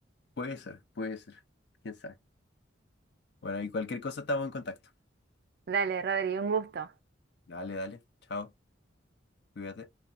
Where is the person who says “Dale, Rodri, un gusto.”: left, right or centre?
Right